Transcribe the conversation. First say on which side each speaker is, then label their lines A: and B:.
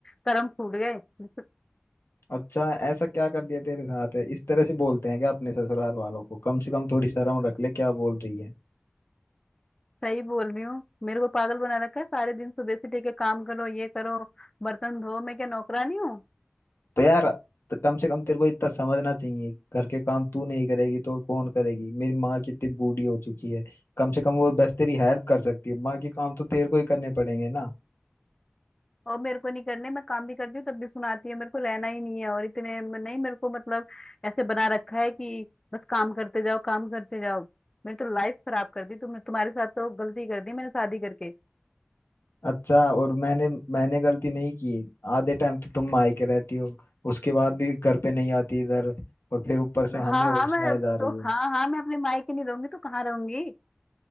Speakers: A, on the left; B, on the left.
A: कर्म फूट गए मैं तो
B: अच्छा ऐसा क्या कर दिया तेरे साथ है इस तरह से बोलते हैं क्या अपने ससुराल वालों को कम से कम थोड़ी शर्म रख ले क्या बोल रही है
A: सही बोल रही हूँ मेरे को पागल बना रखा है सारे दिन सुबह से लेके काम करो ये करो बर्तन धो मैं क्या नौकरानी हूँ
B: तो यार तो कम से कम तेरे को इतना समझना चाहिए घर के काम तू नहीं करेगी तो और कौन करेगी मेरी माँ कितनी बूढ़ी हो चुकी है कम से कम वो बस तेरी हेल्प कर सकती है माँ के काम तो तेरे को ही करने पड़ेंगे ना
A: और मेरे को नहीं करने मैं काम भी करती हूँ तब भी सुनाती है मेरे को रहना ही नहीं है और इतने में नहीं मेरे को मतलब ऐसे बना रखा है कि बस काम करते जाओ काम करते जाओ मेरी तो लाइफ खराब कर दी तुमने तुम्हारे साथ तो गलती कर दी मैंने शादी करके
B: अच्छा और मैंने मैंने गलती नहीं की आधे टाइम तो तुम मायके रहती हो उसके बाद भी घर पे नहीं आती इधर और फिर ऊपर से हमें
A: हाँ
B: और
A: हाँ
B: सुनाए
A: मैं अब
B: जा रही
A: तो
B: हो
A: हाँ हाँ मैं अपने मायके नहीं रहूंगी तो कहाँ रहूंगी